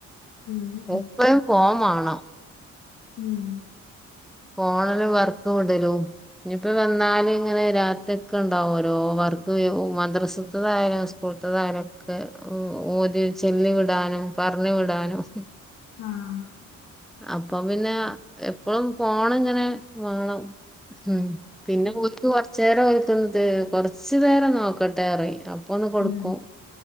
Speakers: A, on the left; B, in the centre.
A: ഉം ഉം
B: <unintelligible>
A: ഉം
B: ഫോൺ വാണം.
A: ഉം
B: ഫോണില് വർക്ക് വിടലും ഇനിപ്പോ വന്നാല് ഇങ്ങനെ രാത്രിയോക്കെണ്ടാവും ഓരോ വർക്ക്. മദ്രസ്ത്തത് ആയാലും സ്കൂ ഓത്ത്കാര്ക്ക് ഒ ഓതി ചെല്ലി വിടാനും പറഞ്ഞു വിടാനും
A: ആഹ്
B: അപ്പൊ പിന്നെ എപ്പളും ഫോണ്ങ്ങനെ വേണം. ഉം പിന്നെ പൂതിയ്ക്ക് കൊറച്ചു നേരം ഓല് എടുത്തു കൊറച്ചു നേരം നോക്കട്ടെ പറയും. അപ്പൊന്ന് കൊടുക്കും.
A: ഉം